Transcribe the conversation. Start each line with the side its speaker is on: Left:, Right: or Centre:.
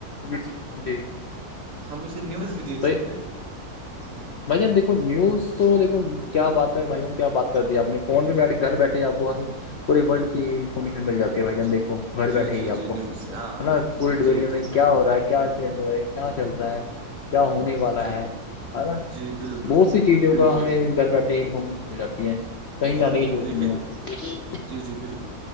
Left: ی جی <unintelligible>
Right: ہم اسے نیوز بھی دیکھ
Left: صحیح
Right: سکتے ہیں
Left: بھائی جان دیکو نیوز تو دیکو کیا بات ہے بھائی جان کیا بات کر دی ہے آپ نے فون پہ بیٹھے گھر بیٹھے آپ وہاں سے پورے ورلڈ کی انفارمیشن مل جاتی ہے بھائی ہم
Right: جی
Left: دیکھو گھر
Right: جی
Left: بیٹھے
Right: جی
Left: ہی آپ
Right: جی
Left: کو ہے
Right: نیوز سے ہاں
Left: نا پوری
Right: جی
Left: دنیا
Right: جی
Left: میں کیا ہو رہا ہے کیا ایکسیڈنٹ ہو رہا کیا چل رہا ہے کیا ہونے والا
Right: جی
Left: ہے ہ نا
Right: جی بالکل
Left: بہت سی چیزوں
Right: بالکل
Left: کا ہمیں گھر بیٹھے ٹرین پ مل جاتی ہے کہیں
Right: جی
Left: جانے
Right: بالکل
Left: کی ضرورت
Right: دیکھیے
Left: نہیں ہے
Right: جی جی بالکل